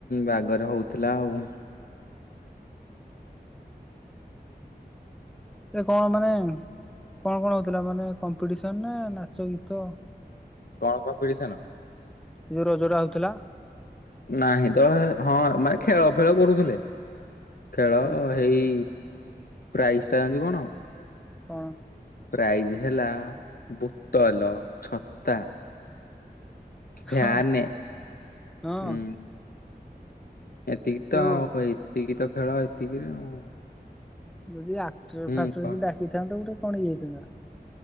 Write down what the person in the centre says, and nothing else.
ଏ କଣ ମାନେ। କଣ କଣ ହଉଥିଲା ମାନେ କମ୍ପିଡିସନ ନା ନାଚ ଗୀତ?
ଯୋଉ ରଜରେ ଆଉଥିଲା।
ହୁଁ
କଣ?
ହଁ ହଁ
ଯୋଉ
ଯଦି ଆକ୍ଟର
ଫାକ୍ଟର
କୁ ଡାକିଥାନ୍ତ ଗୋଟେ କଣ ଇଏ ହେଇଥାନ୍ତା।